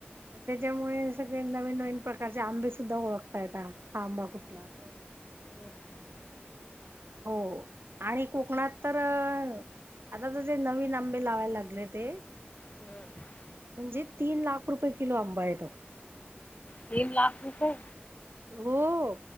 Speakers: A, on the right (about 65°); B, on the left (about 35°).
A: मग त्याच्यामुळे सगळे नवीन नवीन प्रकारचे आंबे सुद्धा ओळखता येता. हा आंबा कुठला, तो आंबा <unintelligible>
B: हम्म.
A: हो आणि कोकणात तर आता तुझे नवीन आंबे लावाय लागले ते.
B: हम्म.
A: म्हणजे तीन लाख रुपये किलो आंबा आहे. तो
B: तीन लाख रुपये
A: हो